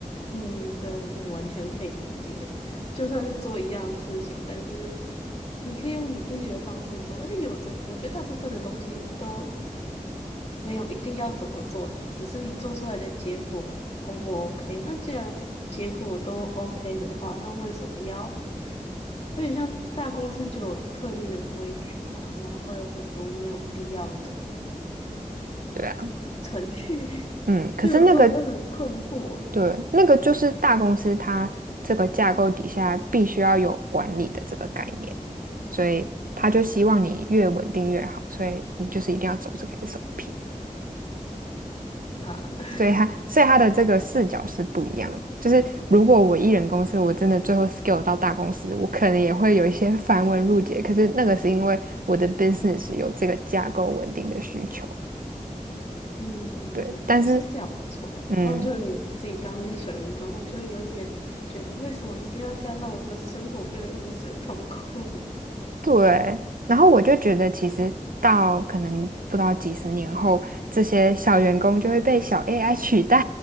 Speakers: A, on the left (about 50°); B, on the right (about 85°).
A: 嗯，对，我我完全可以理解，就算是做一样的事情，但是你可以用你自己的方式做，而且有的我觉得大部分的东西都没有一定要怎么做，只是你做出来的结果 O 不 OK？那既然结果都 OK 的话，那为什么要有点像大公司就有特定的规矩嘛？然后会有很多没有必要的
B: 对啊，
A: 程序，<laughs>
B: 嗯，可是那个
A: 就有时候我都很困惑
B: 对那个就是大公司它这个架构底下必须要有管理的这个概念，所以他就希望你越稳定越好，所以你就是一定要走这个 SOP。
A: 啊。
B: 所以他，所以他的这个视角是不一样的。就是如果我一人公司，我真的最后 scale 到大公司，我可能也会有一些 <laughs> 繁文缛节。可是那个是因为我的 business 有这个架构稳定的需求，
A: 嗯，
B: 对。
A: 对，
B: 但是，
A: 是这样没错啦。
B: 嗯，
A: 但就是你自己当那个小员工后，就会有一点觉得，为什么一定要这样让我的生活变得如此的痛苦？
B: 对，然后我就觉得，其实到可能不知道几十年后，这些小员工就会被小 AI 取代，